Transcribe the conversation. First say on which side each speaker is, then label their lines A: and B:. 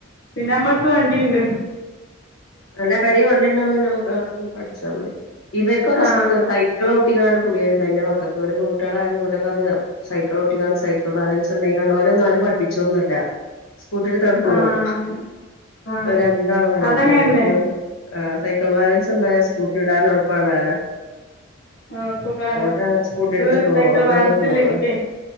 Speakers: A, on the left; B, on the left.
A: പിന്നെ നമ്മളടുത്ത് വണ്ടിയുണ്ട്.
B: നല്ല പെരേ വണ്ടിണ്ടാവുമ്പോ നമുക്ക് പഠിച്ചാൽ മതി ഇവർക്കൊക്കെ
A: ആ
B: സൈക്കിൾ ചവിട്ടിങ്ങാട് <unintelligible> എന്റെ മക്കൾക്ക് ഓര് പെൺകുട്ടിളായാലും ഓലൊക്കെ അന്ന് സൈക്കിൾ ചട്ടിക്കാണ് സൈക്കിൾ ബാലൻസ് ഉണ്ടായി കാ- ഓനെ ഒന്നും ആരും പഠിപ്പിച്ചോന്നല്ല. സ്കൂട്ടി എടുത്താട് പോവും
A: ആ അങ്ങനെ ആ
B: ഒരു രണ്ടാളായോ
A: അതങ്ങനന്നെ
B: അതെ അത് ആ സൈക്കിൾ ബാലൻസ് ഉണ്ടായ സ്കൂട്ടി ഇടാൻ എളപ്പമാണല്ലോ
A: ആഹ് സുഖാണ്
B: ഓരവരെ സ്കൂട്ടി എടുത്തിട്ട്
A: ഇത് സൈക്കിൾ
B: പോവും <unintelligible>
A: ബാലൻസ് ഇല്ല എനിക്കേ